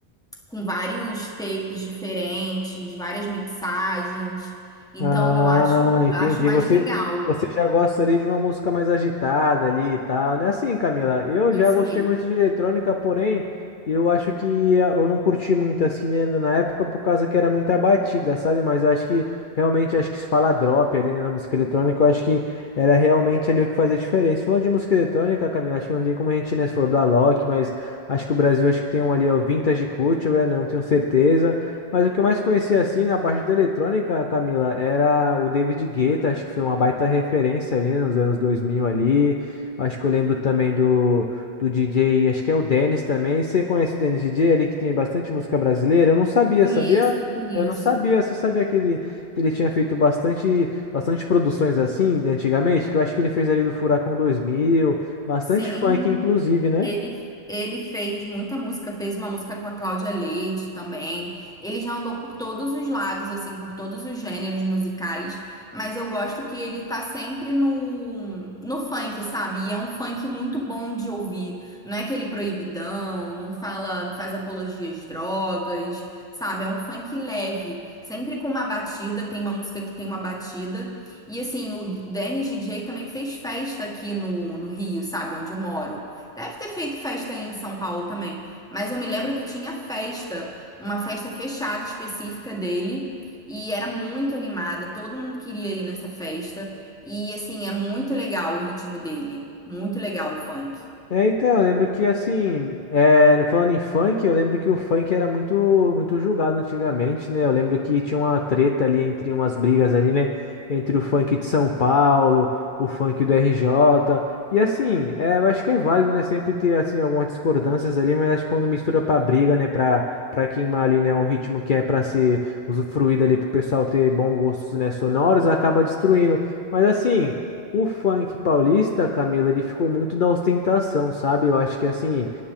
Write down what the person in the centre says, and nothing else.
com vários tapes diferentes, várias mixagens. Então
eu acho,
acho mais
legal.
Isso
mesmo.
Conheço,
conheço.
Sim,
Ele, ele fez muita música, fez uma música com a Cláudia Leite também. Ele já andou por todos os lados, assim, por todos os gêneros musicais, mas eu gosto que ele tá sempre no, no funk, sabe? E é um funk muito bom de ouvir. Não é aquele proibidão, não fala, não faz apologia às drogas, sabe? É um funk leve, sempre com uma batida, tem uma música que tem uma batida. E assim, o Dennis DJ também fez festa aqui no, no Rio, sabe? Onde eu moro. Deve ter feito festa aí em São Paulo também, mas eu me lembro que tinha festa, uma festa fechada específica dele, e era muito animada, todo mundo queria ir nessa festa, e assim, é muito legal o ritmo dele, muito legal o funk.